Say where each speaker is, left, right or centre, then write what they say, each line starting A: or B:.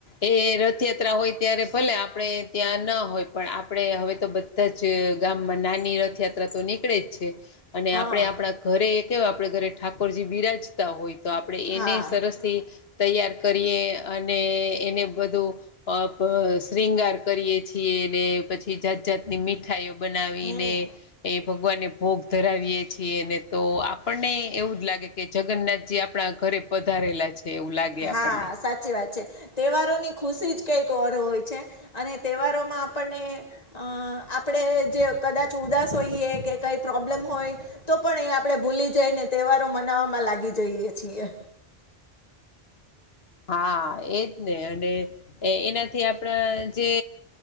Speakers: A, on the left (about 70°); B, on the left (about 40°).
A: એ રથયાત્રા હોય ત્યારે ભલે આપણે ત્યાં ના હોય પણ આપણે હવે તો બદ બધા જ ગામમાં નાની રથયાત્રા તો નીકળે જ છે. અને
B: હા
A: આપણે આપણા ઘરે એ કેવા આપણે ઘરે ઠાકોરજી બિરાજ તા હોય તો આપણે
B: હા
A: એને સરસથી તૈયાર કરીએ અને એને બધું અ પ શ્રીંગાર કરીએ છીએ ને પછી જાત જાતની મીઠાઈઓ બનાવીને-
B: હમ
A: એ ભગવાને ભોગ ધરાવીએ છીએ અને તો આપણને એવું જ લાગે કે જગન્નાથજી આપણા ઘરે- પધારેલા છે એવું લાગે.
B: હા!
A: આપણને
B: સાચી વાત છે. તહેવારોની ખુશી જ કંઈક ઓર હોય છે અને તહેવારોમાં આપણને- અ આપણે જે કદાચ ઉદાસ હોઈએ કે કઈ પ્રોબ્લેમ હોય- તો પણ એ આપણે ભૂલી જઈને તહેવારો મનાવવામાં લાગી જઈએ છીએ.
A: હા એજ ને અને- એનાથી આપણા જે